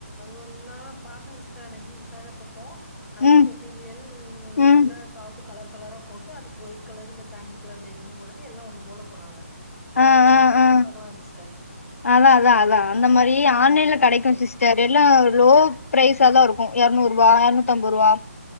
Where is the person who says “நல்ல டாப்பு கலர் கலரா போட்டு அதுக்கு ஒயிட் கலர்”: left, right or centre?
Centre